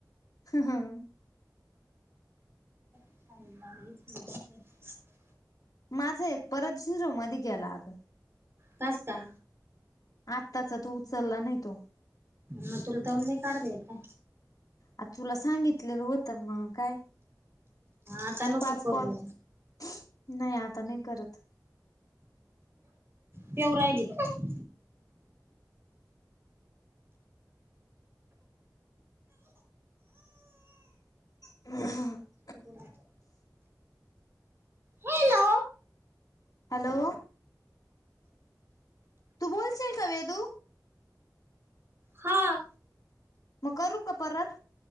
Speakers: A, on the left; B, on the right.
A: हम हम
B: का ग ठीक आहे ते <unintelligible>
A: माझं एक परंत झिरो मध्यें गेला अगं
B: पांस्ता
A: आत्ताचा तू उचललां नाहीं तो
B: म तुला दंम नाहीं काडतां येतं
A: आता तुला सांगितलेलं होतं मंग कायं
B: आता नको
A: पांच
B: करू
A: कॉल नाहीं आता नाहीं करतं
B: पिंव राहिली <unintelligible>
A: ह <unintelligible>
B: हो <unintelligible> हॅलो
A: हॅलो बोलशीलं कां वेंदू
B: हां
A: मंग करूं कां परंत